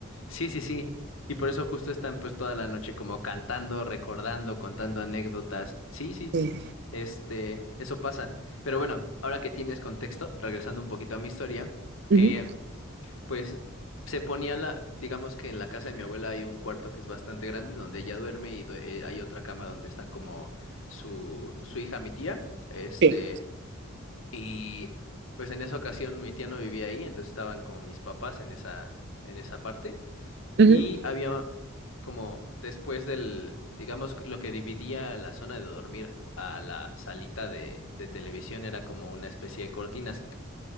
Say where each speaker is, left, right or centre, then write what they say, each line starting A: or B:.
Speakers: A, on the left; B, on the right.
A: Sí, sí, sí. Y por eso justo están pues toda la noche como cantando, recordando, contando anécdotas. Sí, sí.
B: Sí,
A: Este, eso pasa. Pero bueno, ahora que tienes contexto, regresando un poquito a mi historia,
B: Ujú.
A: eh, pues se ponía la, digamos que en la casa de mi abuela hay un cuarto que es bastante grande donde ella duerme y due- eh, hay otra cama donde están como su, su hija, mi tía, este,
B: sí,
A: y pues en esa ocasión mi tía no vivía ahí, entonces estaban como mis papás en esa, en esa parte.
B: Ujú.
A: Y había como después del, digamos, lo que dividía la zona de dormir a la salita de, de televisión era como una especie de cortinas.